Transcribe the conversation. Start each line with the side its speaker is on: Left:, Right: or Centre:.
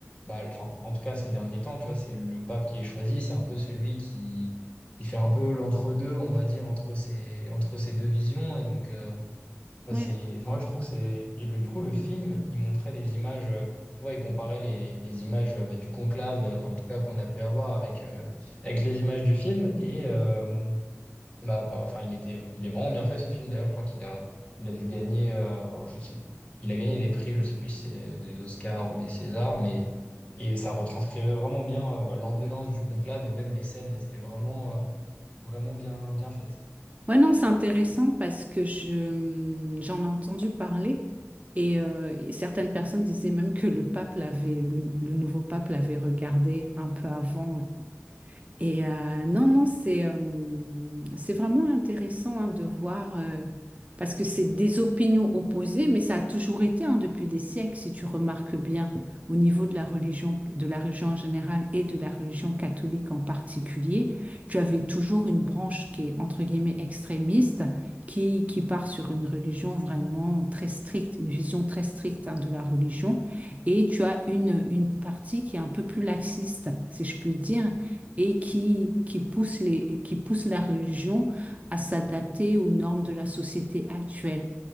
Left: bah, enfin, en tout cas, ces derniers temps, tu vois, c'est le pape qui est choisi. C'est un peu celui qui, qui fait un peu l'entre-deux, on va dire, entre ces, entre ces deux visions. Et donc, euh, Enfin,
Right: Ouais.
Left: c'est, enfin, moi, je trouve c'est et le, du coup le film il montrait des images euh, tu vois il comparait les, les images euh, bah, du conclave euh, en tout cas qu'on a pu avoir avec euh, avec les images du film et euh, bah, par- enfin il était il est vraiment bien fait ce film d'ailleurs je crois qu'il a il a dû gagner euh, alors, je sais il a gagné des prix je sais plus si c'est des Oscars ou des Césars mais et ça retranscrivait vraiment bien euh, bah, l'ambiance du conclave et même les scènes elles étaient vraiment euh, vraiment bien bien faites
Right: Ouais, non, c'est intéressant parce que je, hum, j'en ai entendu parler et euh, et certaines personnes disaient même que le pape l'avait, le, le nouveau pape l'avait regardé un peu avant et euh, non, non, c'est euh, c'est vraiment intéressant hein, de voir, euh, parce que c'est des opinions opposées, mais ça a toujours été hein, depuis des siècles, si tu remarques bien, au niveau de la religion, de la religion en général et de la religion catholique en particulier, tu avais toujours une branche qui est entre guillemets extrémiste, qui, qui part sur une religion vraiment très stricte, une vision très stricte hein, de la religion, et tu as une, une partie qui est un peu plus laxiste, si je puis dire et qui, qui pousse les, qui pousse la religion à s'adapter aux normes de la société actuelle,